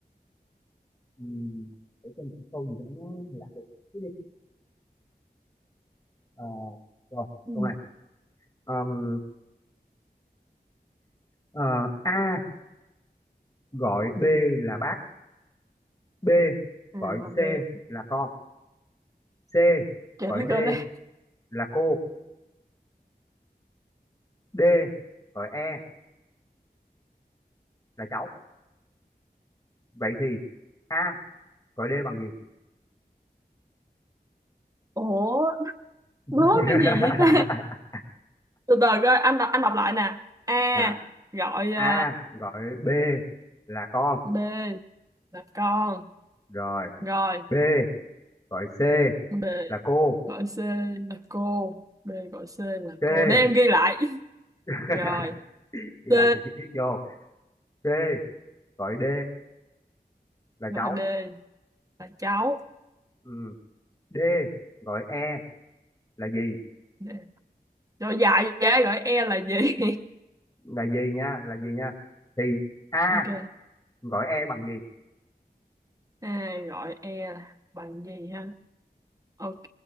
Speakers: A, on the left; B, on the right.
A: Ừm, để cho một cái câu gì đó nó lạ lùng chút đi Ờ, rồi
B: ừ.
A: câu này Ờm, ờ, A gọi B là bác B
B: à
A: gọi
B: mà
A: C
B: bê
A: là con C
B: trời
A: gọi
B: đất
A: D
B: ơi
A: là cô D gọi E là cháu vậy thì A gọi D bằng gì
B: ủa
A: <laughs>
B: nói cái gì vậy ta từ từ coi anh đọc anh đọc lại nè a
A: Nè,
B: gọi ờ,
A: A gọi B là con
B: b là con
A: rồi
B: rồi
A: B gọi C
B: b
A: là cô
B: gọi c là cô b gọi c là
A: C
B: cô để em ghi lại
A: <laughs>
B: rồi
A: ghi
B: c
A: lại cho chi tiết vô C gọi D là
B: gọi
A: cháu
B: d là cháu
A: ừ. D gọi E là gì
B: D. rồi dài vậy gọi e là gì
A: là gì nha là gì nha thì A
B: <laughs> ok
A: gọi E bằng gì
B: a gọi e là bằng gì ha ok